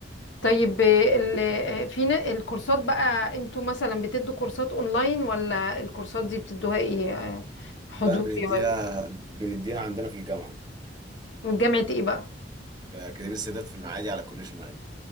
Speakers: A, on the left; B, on the right.
A: طيب ال- في نا- الكورسات بقى انتوا مثلا بتدوا كورسات اونلاين ولا الكورسات دي بتدوها ايه حضوري
B: لا بنديها
A: ولا
B: بنديها عندنا في الجامعه
A: من جامعة ايه بقى
B: في اكاديميه السادات في المعادي على كورنيش المعادي